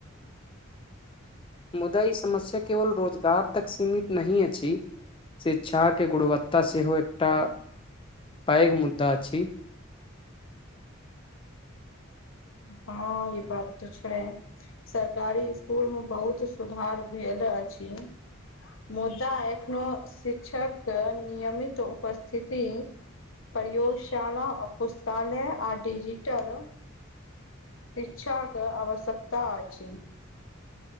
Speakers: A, on the left; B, on the left.
A: मुदा ई समस्या केवल रोजगार तक सीमित नहिही अछि शिक्षा के गुणवत्ता सेहो एकटा पैग मुद्दा छीं।
B: हाँ ई बात तऽ छैय। सरकारी स्कुल मऽ बहुत सुधार भेल अछि मुदा एखनो शिक्षक के नियमित उपस्थिति प्रयोगशाला आ पुस्तालय आ डिजिटल शिक्षाक कऽ आवश्यकता अछि